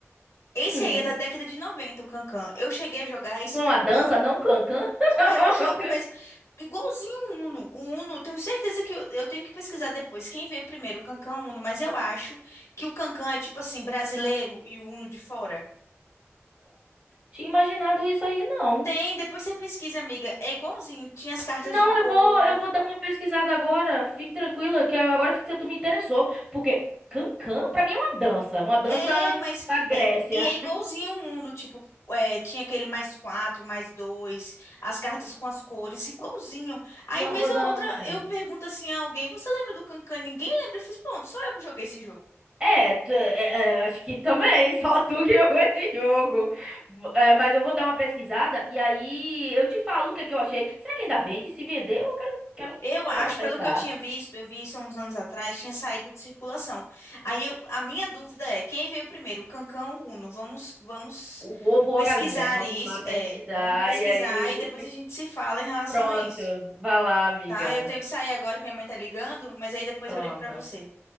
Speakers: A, on the left; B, on the right.
A: Esse
B: Hum,
A: aí é da década de 90 o Cancan. Eu cheguei a jogar esse
B: não
A: Cancan,
B: é uma dança, não, Cancan?
A: era
B: <laughs>
A: o jogo mesmo. Igualzinho o Uno. O Uno, tenho certeza que eu, eu tenho que pesquisar depois quem veio primeiro, o Cancan ou o Uno, mas eu acho que o Cancan é tipo assim, brasileiro e o Uno de fora.
B: Tinha imaginado isso aí, não.
A: Tem, depois você pesquisa, amiga. É igualzinho, tinha as cartas
B: Não,
A: de cor.
B: eu vou, eu vou dar uma pesquisada agora. Fique tranquila, que agora que tu me interessou, porque cancan pra mim é uma dança, uma dança
A: É, mas
B: da Grécia.
A: é, e é igualzinho um Uno, tipo, é, tinha aquele mais quatro, mais dois, as cartas com as cores, igualzinho. Aí,
B: Não
A: vez
B: vou
A: ou
B: dar
A: outra,
B: uma olhada.
A: eu pergunto assim a alguém, você lembra do Cancan? Ninguém lembra. Eu fiz, pronto, só eu que joguei esse jogo.
B: É, tu- é, é, é, acho que também, <laughs> só tu que jogou esse jogo. V- é, mas eu vou dar uma pesquisada e aí eu te falo o que é que eu achei. Será que ainda vende? Se vender, eu quero, quero
A: Eu
B: comprar
A: acho,
B: pra testar.
A: pelo que eu tinha visto, eu vi isso há uns anos atrás, tinha saído de circulação. Aí, eu- a minha dúvida é, quem veio primeiro, o Cancan ou o Uno? Vamos, vamos
B: O ovo ou
A: pesquisar
B: a galinha? Vamos
A: isso,
B: lá pesquisar
A: é, vamos pesquisar
B: e aí.
A: e depois a gente se fala em relação
B: Pronto,
A: a isso.
B: vai lá, amiga.
A: Tá, eu tenho que sair agora que minha mãe tá ligando, mas aí depois
B: Pronto.
A: eu ligo pra você.